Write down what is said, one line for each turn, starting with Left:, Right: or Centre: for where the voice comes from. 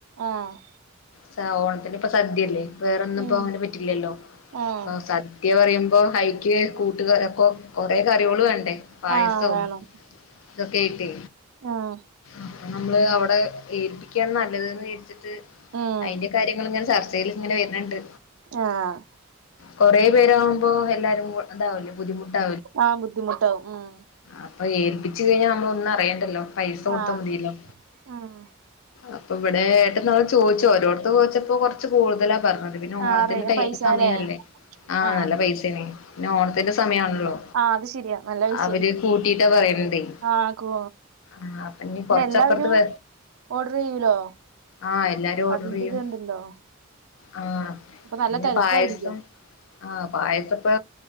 Right: ആഹ്
Left: സ ഓണത്തിനിപ്പോ സദ്യല്ലേ വേറൊന്നും ഇപ്പൊ
Right: ഉം
Left: അങ്ങനെ പറ്റില്ലല്ലോ
Right: ആഹ്
Left: അപ്പൊ സദ്യ പറയുമ്പോ അയിക്ക് കൂട്ടു ക കൊ കൊറേ കറികളു വേണ്ടേ പായസോം
Right: ആഹ് വേണം
Left: ഇതൊക്കെ ആയിട്ടേ
Right: ആഹ്
Left: അപ്പൊ നമ്മള് അവിടെ ഏല്പ്പിക്കാണ് നല്ലത് ന്ന് വിചാരിച്ചിട്ട്
Right: ഉം
Left: അയിന്റെ കാര്യങ്ങള് ഇങ്ങനെ ചർച്ചേൽ ഇങ്ങനെ വര്ണ് ഇണ്ട്
Right: ആഹ്
Left: കൊറേ പേരാകുമ്പോ എല്ലാരും ഇതാവല്ലോ ബുദ്ധിമുട്ടാ
Right: ആഹ് ബുദ്ധിമുട്ടാവും ഉം
Left: അപ്പൊ ഏൽപ്പിച്ച് കഴിഞ്ഞാ നമ്മള് ഒന്നും അറിയണ്ടല്ലോ പൈസ കൊടുത്താ
Right: ആഹ്
Left: മതിയല്ലോ
Right: ഉം
Left: അപ്പൊ ഇവിടൊ ചോദിച്ചു ഓരോടത്തത്ത് ചോദിച്ചപ്പോ കുറച്ച് കൂടുതലാ പറഞ്ഞത് ഇപ്പൊ പിന്നെ ഓണത്തിന്റെ
Right: ആഹ് റേ
Left: ടൈ
Right: പൈസാല്ലേ
Left: സമയല്ലേ ആ
Right: ആഹ്
Left: നല്ല പൈസാണ് പിന്നെ ഓണത്തിന്റെ സമയാണല്ലോ
Right: ആ അത് ശരിയാ നല്ല പൈസായിരിക്കും
Left: അവര് കൂട്ടിട്ടാ പറയ്ണ്തെയ്
Right: ആഹ് കൂ
Left: ആ അപ്പൊ ഞ്ഞ്
Right: പിന്നെ
Left: കൊറച്ചപ്പുറത്ത്
Right: എല്ലാവരും
Left: വ
Right: ഓർഡർ ചെയ്യൂലോ
Left: ആ എല്ലാരും ഓഡർ
Right: അതിന്റെ
Left: ചെയ്യും
Right: ഇത്ണ്ടല്ലോ
Left: ആ
Right: അപ്പൊ
Left: പിന്നെ
Right: നല്ല തെരക്കും
Left: പായസം
Right: ആയിരിക്കും
Left: ആ പായസപ്പൊ